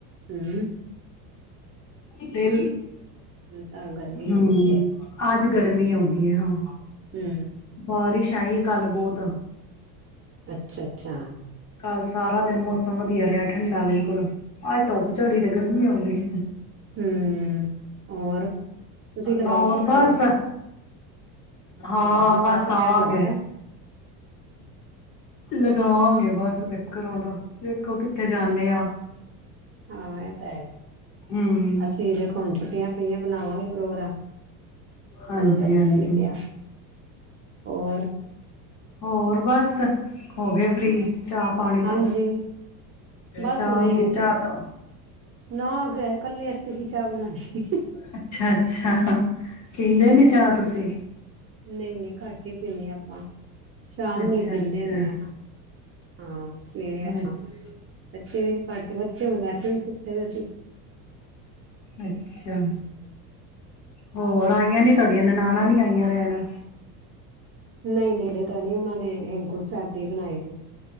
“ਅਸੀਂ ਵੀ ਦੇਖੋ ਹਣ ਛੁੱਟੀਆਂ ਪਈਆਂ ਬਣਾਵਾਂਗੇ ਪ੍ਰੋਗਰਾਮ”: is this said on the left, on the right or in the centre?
Right